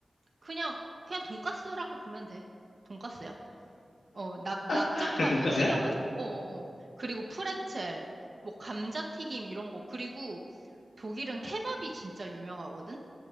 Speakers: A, on the right (about 45°); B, on the left (about 85°).
A: 그냥, 그냥 돈가스라고 보면 돼. 돈가스야. 어, 납, 납작하고
B: <laughs> 그냥 돈가스야?
A: 튀겨가지고, 어어어. 그리고 프레첼, 뭐 감자튀김 이런 거. 그리고 독일은 케밥이 진짜 유명하거든?